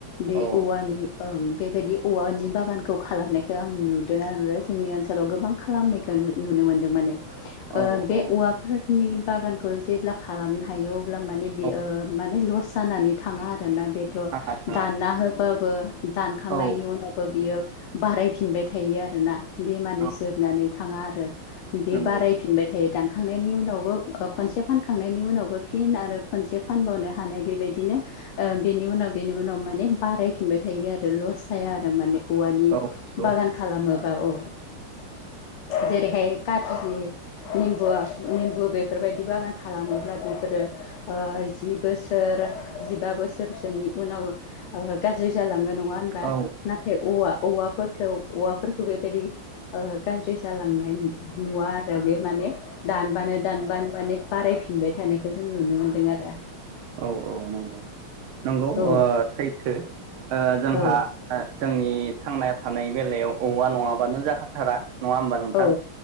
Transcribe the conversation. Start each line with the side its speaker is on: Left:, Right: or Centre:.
Left: बे
Right: औ
Left: औवानि ओं बेबायदि औवानि बागानखौ खालामनायखौ आं नुदों आरो जोंनि ओन सोलाव गोबां खालामनायखौ नुनो मोनदों माने
Right: औ
Left: ओ बे
Right: औ
Left: औवाफोर नि बागानखौ जेब्ला खालामनो हायो अब्ला माने बेयो
Right: औ
Left: माने लस जानानै थाङा आरोना बेथ'
Right: थाङा थाङा
Left: दानना होबाबो दानखांनायनि
Right: औ
Left: उनाव बियो बारायफिनबाय थायो आरोना बे माने
Right: औ
Left: जोबनानै थाङा आरो बे
Right: नंगौ
Left: बारायफिनबाय थायो दानखांनायनि उनावबो खनसे फानखांनायनि उनावबो फिन आरो खनसे फानबावनो हानाय बेबायदिनो ओ बेनि उनाव बेनि उनाव माने बारायफिनबाय थायो आरो लस जाया आरो माने औवानि
Right: औ औ
Left: बागान खालामोबा औ जेरैहाय कारजि निमबु निमबु बेफोरबायदि बागान खालामोब्ला बेफोरो जि बोसोर बोसोर जिबा बोसोरसोनि उनाव गाज्रि जालाङो नङा होनबा
Right: औ
Left: नाथाय औवा औवाफोरखौ औवाफोरखौ बेबायदि ओ गाज्रि जालांनाय नुवा आरो बे माने दानबानो दानबानो माने बारायफिनबाय थानायखौ जों नुनो मोनदों आरो
Right: औ औ नंगौ नंगौ
Left: औ
Right: ओ सैथो ओ जोंहा
Left: औ
Right: जोंनि थांना थानाय बेलायाव औवा नङाबानो जाखाथारा नङा होमबा नोंथां
Left: औ